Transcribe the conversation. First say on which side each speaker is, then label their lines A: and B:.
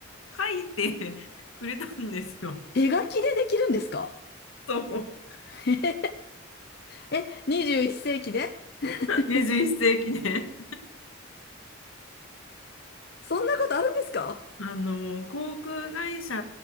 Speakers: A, on the left; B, on the left.
A: 書いてくれたんですよ。
B: 手書きでできるんですか
A: そう、
B: <laughs> え、21世紀で <laughs>
A: 21世紀ね。
B: にじゅうそんなことあるんですか
A: あの航空会社